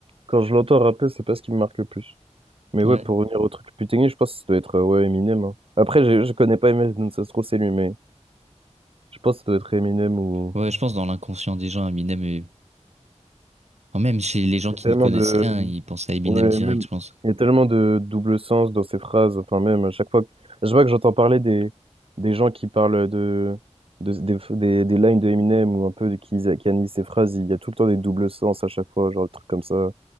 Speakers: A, on the right; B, on the right.
A: quand je l'entends rapper, c'est pas ce qui me marque le plus. Mais ouais,
B: Ouais.
A: pour revenir au truc plus technique, je pense que ça doit être euh, ouais, Eminem. hein. Après, j'ai- je connais pas Eminem Doom, ça se trouve, c'est lui, mais je pense que ça doit être Eminem ou.
B: Ouais, je pense dans l'inconscient des gens, Eminem est... enfin, même chez les gens
A: Il y
B: qui
A: a tellement
B: n'y connaissent
A: de,
B: rien, ils pensent à Eminem
A: Ouais,
B: direct,
A: même,
B: je pense.
A: il y a tellement de double sens dans ces phrases. Enfin, même, à chaque fois que je vois que j'entends parler des, des gens qui parlent de, de- des, des, des lines de Eminem ou un peu de, qui, qui analysent ces phrases, il y a tout le temps des doubles sens à chaque fois, genre des trucs comme ça,